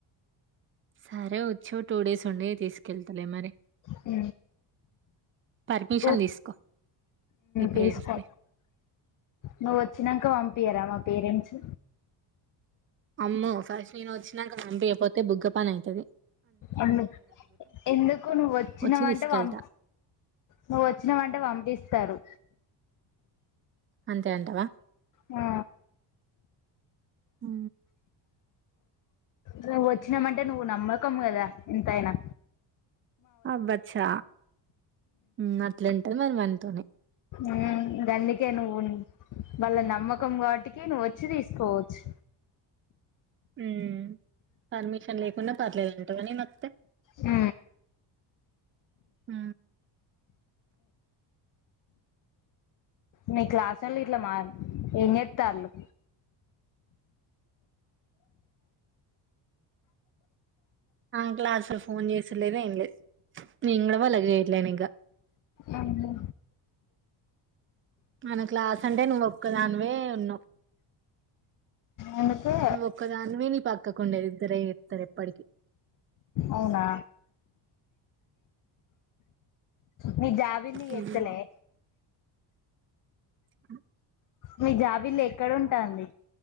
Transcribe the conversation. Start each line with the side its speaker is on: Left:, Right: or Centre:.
Right: సరే వచ్చు టూ డేస్ ఉండి తీసుకెళ్తలే మరి
Left: అ
Right: పర్మిషన్
Left: ఓ
Right: తీసుకో మీ పేరెంట్స్ది
Left: తీసుకో నువ్వ వచ్చాక పంపయరా మా పేరెంట్స్
Right: అమ్మో ఫస్ట్ నను వచ్చినాక చంపయపోతే బుగ్గ పని అవుతుది
Left: అందు ఎందుకు నువ్వు వచ్చినావంటే
Right: వచ్చి తీసుకెళ్తా
Left: పం నువ్వు వచ్చినవ అంటే పంపిస్తారు
Right: అంతే అంటావా
Left: ఆ
Right: ఉ
Left: నువ్వు వచ్చినామంటే నువ్వు నమ్మకం కదా ఎంతయినా
Right: అబ్బాచ్చా ఉ అట్లంటది మరి మనతోనే
Left: ఉ గందుకే నువు ఉన్ వాళ్ళ నమ్మకం కావటికే నువ్వు వచ్చి తీసుకోవచ్చు
Right: ఉ పర్మిషన్ లేకుండా పర్లేదు అంటావా నేను వత్తే
Left: ఉ
Right: ఉ
Left: నీ క్లాస్ వోల్లు ఇట్లా మ ఏం చేస్తాళ్ళు
Right: అంకులా అసలు ఫోన్ చేసూడులేదు ఏం లేదు నేను కూడా వాళ్లకు చేయట్లేను ఇంకా
Left: ఏం లే
Right: మన క్లాస్ అంటే నువ్వు ఒక్క దానివే ఉన్నావు
Left: అందుకే
Right: నువ్వు ఒక్కదానివి నీ పక్కకుండేది ఇద్దరే ఇస్తారు ఎప్పటికి
Left: అవునా మీ జాబిల్లీ
Right: హ్మ్.
Left: ఎతలే
Right: అ
Left: మీ జాబిల్లి ఎక్కడ ఉంటాంది